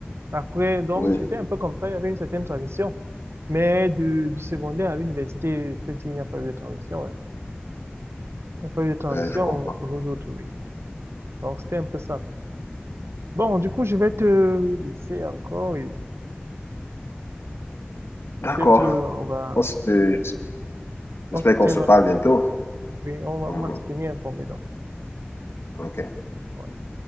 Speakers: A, on the right; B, on the left.
A: Après, donc,
B: oui,
A: c'était un peu comme ça, il y avait une certaine transition. Mais du, du secondaire à l'université, je peux il n'y a pas eu de transition. hein. Il n'y a pas eu de transition
B: Euh, je comprends.
A: pour nous autres, oui. Donc, c'était un peu ça. Bon, du coup, je vais te laisser encore. et
B: D'accord.
A: Peut-être, euh, on va,
B: On se- J'espère
A: on se tient,
B: qu'on se parle bientôt.
A: oui, on va,
B: Mhm.
A: on va se tenir informé, donc.
B: OK.
A: ouais.